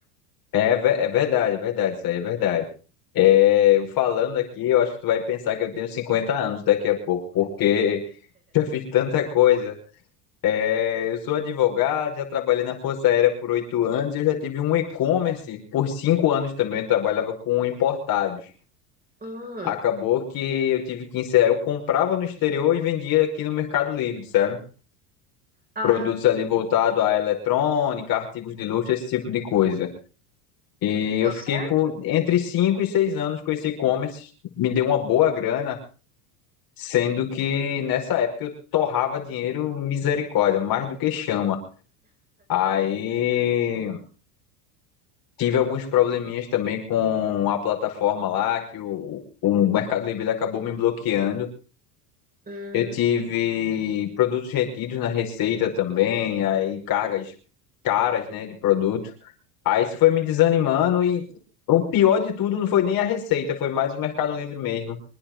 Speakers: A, on the left (about 50°); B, on the right (about 20°).
A: É, ve- é verdade, é verdade, isso aí é verdade. É, eu falando aqui, eu acho que tu vai pensar que eu tenho 50 anos daqui a pouco, porque <laughs> já fiz tanta coisa. É, eu sou advogado, já trabalhei na Força Aérea por oito anos, eu já tive um e-commerce por cinco anos também, eu trabalhava com importados.
B: Hum.
A: Acabou que eu tive que encerrar, eu comprava no exterior e vendia aqui no Mercado Livre, sabe?
B: Ah,
A: Produtos ali voltados à eletrônica, artigos de luxo, esse tipo de coisa. E
B: deu
A: eu fiquei
B: certo?
A: por entre 5 e 6 anos com esse e-commerce, me deu uma boa grana, sendo que nessa época eu torrava dinheiro misericórdia, mais do que chama. Aí tive alguns probleminhas também com a plataforma lá, que o, o Mercado Livre ele acabou me bloqueando.
B: Hum,
A: Eu tive produtos retidos na receita também, aí cargas caras, né, de produto. Aí isso foi me desanimando e o pior de tudo não foi nem a receita, foi mais o Mercado Livre mesmo.